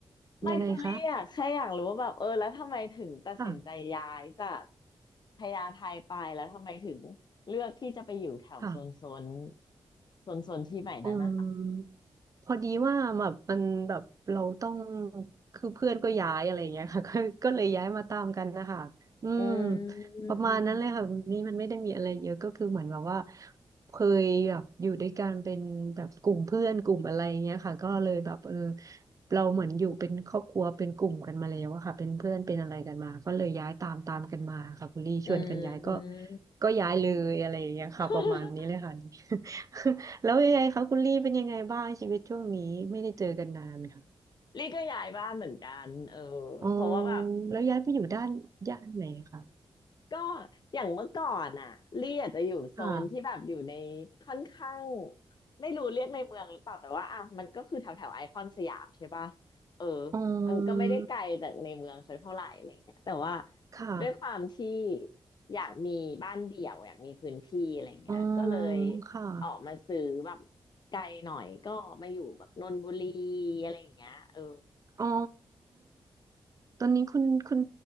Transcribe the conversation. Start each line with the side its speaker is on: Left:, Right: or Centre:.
Left: ไม่คือเรียกแค่อยากรู้ว่าแบบเออแล้วทำไมถึงตัดสินใจย้ายจาก
Right: ยังไงคะ ค่ะ
Left: พญาไทไปแล้วทำไมถึงเลือกที่จะไปอยู่แถวโซนโซน
Right: ค่ะ
Left: โซนโซนที่ใหม่นั้นนะคะ
Right: อืมพอดีว่าแบบมันแบบเราต้องคือเพื่อนก็ย้ายอะไรอย่างเงี้ยค่ะ <laughs> ก็ก็เลยย้ายมาตามกันนะคะอืม
Left: อืมอืมอืม
Right: ประมาณนั้นเลยค่ะคุณนี่มันไม่ได้มีอะไรเยอะก็คือเหมือนแบบว่าเคยแบบอยู่ด้วยกันเป็นแบบกลุ่มเพื่อนกลุ่มอะไรอย่างเงี้ยค่ะก็เลยแบบเออเราเหมือนอยู่เป็นครอบครัวเป็นกลุ่มกันมาแล้วอะค่ะเป็นเพื่อนเป็นอะไรกันมาก็เลยย้ายตามตามกันมาค่ะคุณลี่ชวนกันย้ายก็
Left: อืม
Right: ก็ย้ายเลยอะไรอย่างเงี้ยค่ะประมาณนี้เลยค่ะ
Left: <laughs>
Right: <laughs> แล้วยังไงคะคุณลี่เป็นยังไงบ้างชีวิตช่วงนี้ไม่ได้เจอกันนานค่ะ
Left: ลี่ก็ย้ายบ้านเหมือนกันเออ
Right: อ๋อ
Left: เพราะว่าแบบ
Right: แล้วย้ายไปอยู่ด้านย่านไหนคะ
Left: ก็อย่างเมื่อก่อนอ่ะลี่อาจจะอยู่โซนที่แบบอยู่ใน
Right: ค่ะ
Left: ค่อนข้างไม่รู้เรียกในเมืองหรือเปล่าแต่ว่าอ่ะมันก็คือแถวแถวไอคอนสยามใช่ปะเออ
Right: อ๋อ
Left: มันก็ไม่ได้ไกลจากในเมืองสักเท่าไหร่อะไรเงี้ยแต่ว่า
Right: ค่ะ
Left: ด้วยความที่อยากมีบ้านเดี่ยวอยากมีพื้นที่อะไรเงี้ยก็เลย
Right: อ๋อค่ะ
Left: ออกมาซื้อแบบไกลหน่อยก็มาอยู่แบบนนทบุรีอะไรอย่างเงี้ยเออ
Right: อ๋อตอนนี้คุณคุณ